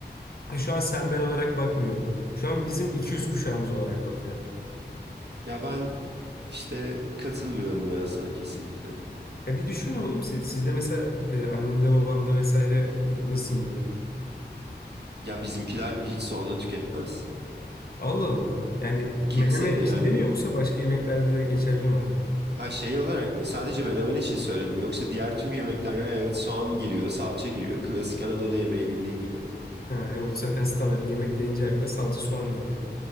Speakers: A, on the left (about 60°); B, on the right (about 70°).
A: E, şu an sen ben olarak bakmıyorum. Şu an bizim 200 kuşağımız olarak bakıyorum.
B: Ya ben işte katılmıyorum ya sana kesinlikle.
A: E bir düşün oğlum siz, sizde mesela e, annende babanda vesaire nasıldı?
B: Ya bizimkiler hiç soğanla tüketmez.
A: Allah Allah. Yani
B: Kimse
A: menemen
B: yani
A: içinde mi yoksa başka yemeklerde de geçerli mi?
B: ha şey olarak mı? Sadece menemen için söyledim. Yoksa diğer tüm yemekler ha, evet soğan giriyor, salça giriyor. Klasik Anadolu yemeği bildiğin gibi.
A: Ha, e, o zaten standart. Yemek dediğince akla salça soğan geliyor.